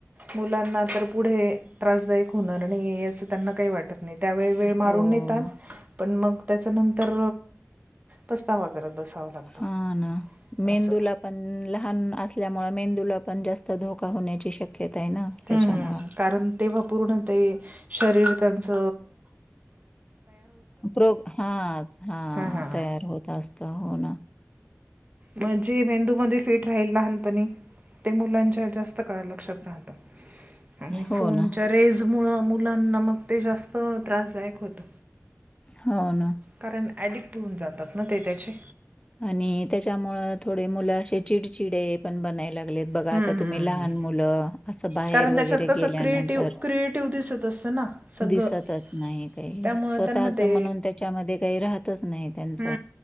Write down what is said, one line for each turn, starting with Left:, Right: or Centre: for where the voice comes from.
Right: मुलांना तर पुढे त्रासदायक होणार आणि याच त्यांना काही वाटत त्यावेळी वेळ मारून
Left: हो.
Right: नेतात पण मग त्याच्या नंतर पस्तावा करत बसावा लागतो
Left: हा ना मेंदूला
Right: असं
Left: पण ला लहान असल्यामुळे मेंदूला पण जास्त धोका होण्याची शक्यता आहे ना त्याच्यामुळं.
Right: हम्म हम्म कारण तेव्हा पूर्ण ते शरीर त्याच.
Left: प्रोग हा हा
Right: हां हां
Left: तयार होत असत हो ना.
Right: म्हणजे मेंदू मध्ये फिट राहील लहानपणी ते मुलांच्या जास्त काळ लक्षात राहतं. आणि
Left: हो
Right: फोनच्या
Left: ना.
Right: रेज मुळ मुलांना मगं ते जास्त त्रासदायक होत.
Left: हो ना.
Right: कारण ऍडिक्ट होऊन जातात ना ते त्याचे
Left: आणि त्याच्यामुळं थोडे मुलं असे चिडचिडे पण बनाय लाग लेत बघा
Right: हम्म
Left: आता
Right: हम्म
Left: तुम्ही लहान
Right: हम्म.
Left: मुलं असं बाहेर
Right: कारण त्याच्यात
Left: वगैरे
Right: कसं
Left: गेल्यानंतर
Right: क्रिएटिव्ह क्रिएटिव्ह दिसत असतं ना सगळं
Left: दिसतच नाही काही
Right: त्यामुळं
Left: स्वतःच
Right: त्यांना ते
Left: म्हणून त्याच्यामध्ये काही राहतच नाही त्यांच
Right: ह